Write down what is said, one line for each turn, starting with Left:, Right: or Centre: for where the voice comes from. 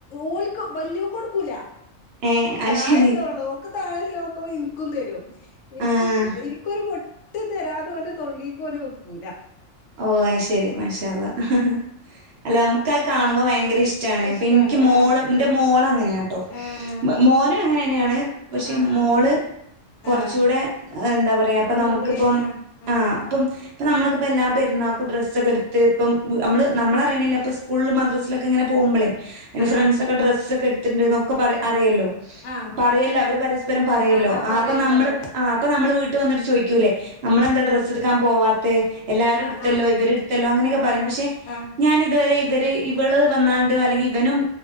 Left: ഓല്ക്ക് വലിയക്ക കൊടുക്കൂല
Right: ഏഹ് അത്
Left: താഴല്ലോള്ളു
Right: ശരി
Left: ഓക്ക് താഴല്ലോ ൻക്കോ ഇൻക്കും തരും ഇൻക്കും
Right: ആഹ്
Left: ഇൻക്കൊര് പൊട്ട് തരാതൊന്റെ തൊള്ളിക്കൊന് വക്കൂല
Right: ഓ അഅ് ശെരി മാഷാ അല്ലാഹ് അല്ല നമുക്കഅ്
Left: ആഹ്
Right: കാണുമ്പോ ഭയങ്കര ഇഷ്ടണ്
Left: ഇഷ്ടാണ്
Right: പ്പ ഇൻക്ക് മോള്
Left: ആഹ്
Right: ഇന്റെ മോള അങ്ങന്യാട്ടോ
Left: ആഹ്
Right: മമോനൊ ങ്ങനെന്നാണ് പക്ഷെ
Left: ആഹ് ആഹ് ആഹ്
Right: മോള് കൊർച്ചൂടെ
Left: ആഹ്
Right: അഅ്എന്താ പറയാ ഇപ്പ
Left: ഒന്നും
Right: നമുക്കിപ്പം
Left: കൂടി ആഹ് ആഹ്
Right: ആ ഇപ്പം ഇപ്പ നമ്മളക്കപ്പെല്ലാം പെര്ന്നാക്കു ഡ്രസ്സൊക്കെ ട്ത്ത് ട്ടും പ്പം നമ്മള് നമ്മളറിണില്ല ഇപ്പസ്കൂളിലും മദ്രസിലൊക്കെങ്ങനെ പോവുമ്പളേ എന്റെ ഫ്രണ്ട്സൊക്കെ
Left: ആഹ്
Right: ഡ്രസ്സെക്കെട് ണ്ട് നൊക്കെ പറ അറിയല്ലോ
Left: ആഹ് ആഹ്
Right: പറയല്ലോ അവര് പരസ്പരം പറയല്ലോ
Left: ആഹ് ആഹ് ആഹ് പറയും
Right: അപ്പൊ നമ്മൾ
Left: പറയും
Right: അപ്പൊ നമ്മൾ വീട്ട് വന്നിട്ട് ചോയ്ക്കൂല്ലേ നമ്മളെന്താ
Left: ആഹ്
Right: ഡ്രസ്സെടുക്കാൻ പോവാത്തെ എല്ലാ
Left: ആഹ്
Right: ട്ത്തല്ലോ
Left: ആഹ് ആഹ്
Right: ഇവര് ട്ത്തല്ലോ അങ്ങനൊക്കെ
Left: ആഹ്
Right: പറയും
Left: ആഹ്
Right: പക്ഷെ
Left: ആഹ് ആഹ്
Right: ഞാൻ ഇതുവരെ ഇവര് ഇവള് വന്നാണ്ട് അല്ലെങ്കിവനും